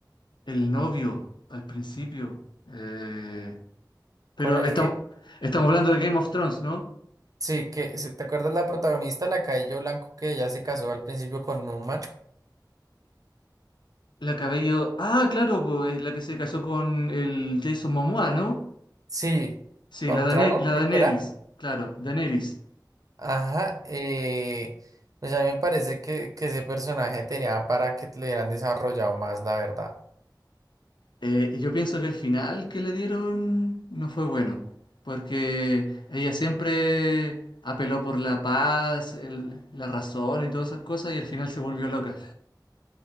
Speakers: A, on the left; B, on the right.
A: El novio, al principio. Eh, pero
B: Con el
A: estamos,
B: que
A: estamos hablando de Game of Thrones, ¿no?
B: Sí, que ¿se- ¿te acuerdas la protagonista, la Cabello Blanco, que ya se casó al principio con Numan?
A: La cabello... Ah, claro, pues, es la que se casó con el Jason Momoa, ¿no?
B: Sí,
A: Sí,
B: con
A: la, Dane-
B: Drago,
A: la
B: creo
A: Daenerys,
B: que era.
A: claro, Daenerys.
B: Ajá, eh, pues a mí me parece que, que ese personaje tenía para que le hubieran desarrollado más, la verdad.
A: Eh, yo pienso que el final que le dieron no fue bueno, porque ella siempre apeló por la paz, el- la razón y todas esas cosas, y al final se volvió loca.